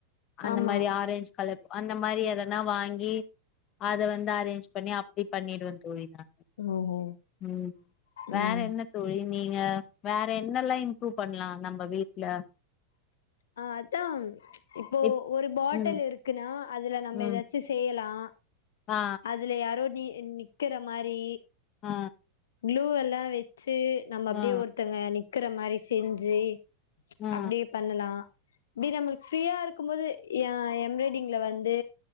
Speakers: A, on the left; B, on the left.
A: அந்த
B: ஆமா
A: மாரி ஆரஞ்ச் கலர் அந்த மாரி எதென்ன வாங்கி அத வந்து அரேஞ்ச் பண்ணி அப்டி பண்ணிடுவ தோழி நா
B: ஓஹோ
A: ம் வேற
B: ம்
A: என்ன தோழி நீங்க வேற என்னல்லா இம்ப்ரூவ் பண்லா நம்ம வீட்ல
B: ஆ அதா இப்போ
A: இப்
B: ஒரு பாட்டில்
A: ம்
B: இருக்குன்னா அதுல நம்ம
A: ம்
B: ஏதாச் சு செய்யலா
A: ஆ
B: அதுல யாரோ நீ நிக்கிற மாரி
A: ஆ
B: குளூ எல்லா வச்சு நம்ம அப்டியே
A: ஆ
B: ஒருத்தங்க நிக்கிற மாரி செஞ்சு
A: ஆ
B: அப்டி பண்ணலா இப்டி நம்மளுக்கு ஃப்ரீயா இருக்கு போது ஏ எம்ப்ராய்டிங்ல வந்து